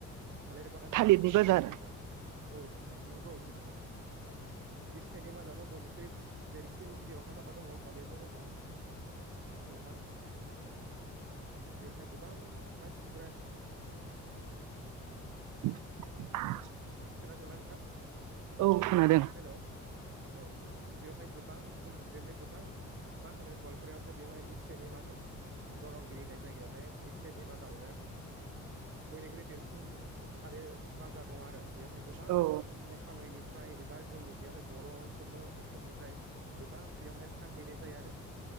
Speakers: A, on the right; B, on the right.
A: थालिर बागान
B: थालिरनि
A: दं होननानै
B: बाजार
A: नंगौ नोंथां औ। औ <unintelligible> एसियानि मादावनो बय निख्रुइ देरसिन बेयावहाय माबा दङ थालिरनि बाजार नोंथां बेवहाय गोबां मानसिफोरा
B: <unintelligible>
A: खोनादोंना नोंथां?
B: औ खोनादों
A: हेलौ औ बेवहाय गोबां उम बेवहाय गोबां मा होनो गवालपारायावहाय बेवहाय एसियानि मादाव दरंगिरि होननाय जायगायावहाय एसियानि मादावनो बयनिख्रुइ देरसिन जों थालिर बाजार दं आरो बेवहाय गोबां
B: औ
A: मेघालयनिफ्राय एबा जोंनि बेयावहाय बर ओन सोल दङ बेफोरनिफ्राय गोबां बेवहाय फानहैनाय जायो आरो